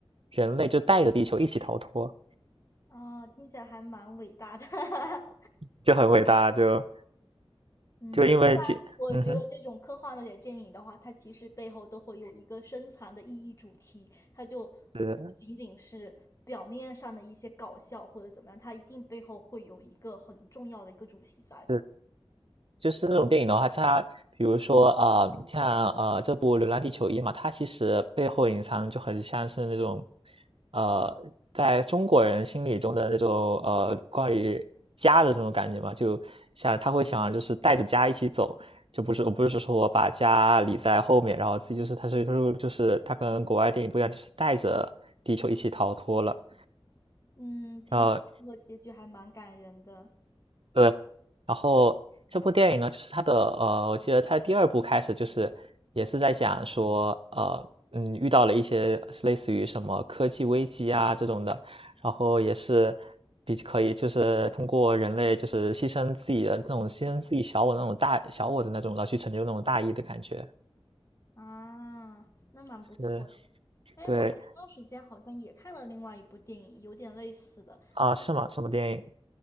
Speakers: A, on the right; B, on the left.
A: 人类就带着地球一起逃脱。
B: 啊，听起来还蛮伟大的 <laughs>
A: 就很伟大，就
B: 嗯，
A: 就因为这，
B: 一般我觉得这种科幻类的电影的话，
A: 嗯哼，
B: 它其实背后都会有一个深藏的意义主题，它就不仅仅是表面上的一些搞笑或者怎么样，
A: 是
B: 它一定背后会有一个很重要的一个主题在的。
A: 是，就是这种电影的话，它比如说啊、呃像呃这部《流浪地球一》嘛，它其实背后隐藏就很像是那种呃在中国人心里中的那种呃关于家的这种感觉嘛，就像他会想就是带着家一起走。就不是，我不是说我把家理在后面，然后自己就是，他是就是他跟国外电影不一样，就是带着地球一起逃脱了。
B: 嗯，听起来最后结局还蛮感人的
A: 然后对，呃然后这部电影呢，就是它的呃，我记得它的第二部开始就是也是在讲说，呃，嗯，遇到了一些类似于什么科技危机啊这种的，然后也是比可以就是通过人类就是牺牲自己的那种牺牲自己小我那种大小我的那种，然后去成就那种大义的感觉。
B: 啊，那蛮不错的。
A: 是，
B: 哎，
A: 对，
B: 我前段时间好像也看了另外一部电影，有点类似的，
A: 啊，是吗？
B: 但
A: 什么电影？